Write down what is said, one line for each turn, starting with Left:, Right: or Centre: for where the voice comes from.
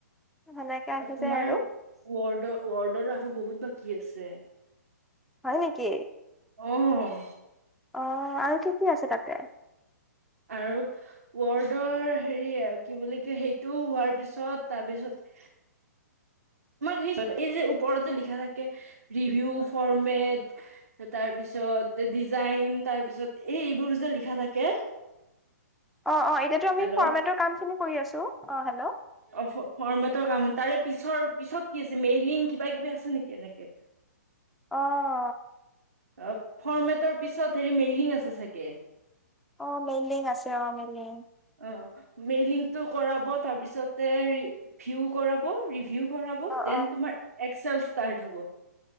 Centre: সেনেকে আহি
Right: তোমাৰ
Centre: যায় আৰু
Right: ৱৰ্ড ৱৰ্ডৰ আৰু বহুত বাকী আছে
Centre: হয় নেকি
Right: অ'
Centre: অ' আৰু কি কি আছে তাতে
Right: আৰু ৱৰ্ডৰ হেৰি কি বুলি কয়? সেইটো হোৱাৰ পিছত তাৰপিছত সেই যে, এই যে ওপৰতে লিখা থাকে ৰিভিউ, ফৰ্মেট। তাৰ পিছত ডিজাইন, তাৰ পিছত এই এইবোৰ যে লিখা থাকে।
Centre: অ' অ' এতিয়াতো আমি
Right: হেল্ল'
Centre: ফৰ্মেটৰ কাম খিনি কৰি আছোঁ। অ' হেল্ল'
Right: ফৰ্মেট ফৰ্মেটৰ কাম। তাৰে পিছৰ পিছত কি আছে? মেইলিং কিবাকিবি আছে নেকি এনেকে? <inaudible>
Centre: অ'
Right: অ' ফৰৰ্মেটৰ পিছত হেৰি মেইলিং আছে চাগে।
Centre: অ' মেললিং আছে অ' মেলিং।
Right: অ' মেইলিংটো কৰাব তাৰপিছতে ৰিভিউ কৰাব ৰিভিউ কৰাবো
Centre: অ',
Right: দেন
Centre: অ',
Right: তোমাৰ এক্সেল ষ্টাৰ্ট হ'ব।